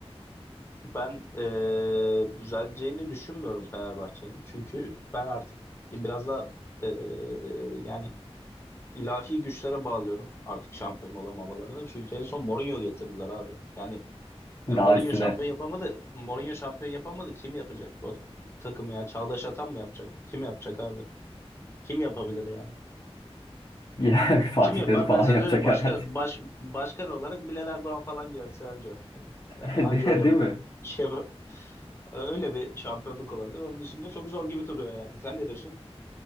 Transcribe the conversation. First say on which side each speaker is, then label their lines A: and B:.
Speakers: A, on the left; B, on the left.
A: Ben eee, düzeleceğini düşünmüyorum Fenerbahçe'nin. Çünkü ben artık biraz da eee, yani ilahi güçlere bağlıyorum artık şampiyon olamamalarını. Çünkü en son Mourinho getirdiler abi. Yani
B: Daha
A: e, Mourinho
B: üstüne
A: şampiyon yapamadı. Mourinho şampiyon yapamadı. Kim yapacak bu takımı ya? Çağdaş Atan mı yapacak? Kim yapacak abi? Kim yapabilir yani?
B: <laughs> ya Fatih
A: Kim yapar?
B: Terim falan
A: Ben sana
B: yapacak
A: söyleyeyim. Başka
B: herhalde.
A: baş, başkan olarak Bilal Erdoğan falan gelse anca. Hani
B: <laughs>
A: e, anca
B: De-
A: öyle
B: Değil mi?
A: şey yapar. Öyle bir şampiyonluk olabilir. Onun dışında çok zor gibi duruyor yani. Sen ne diyorsun?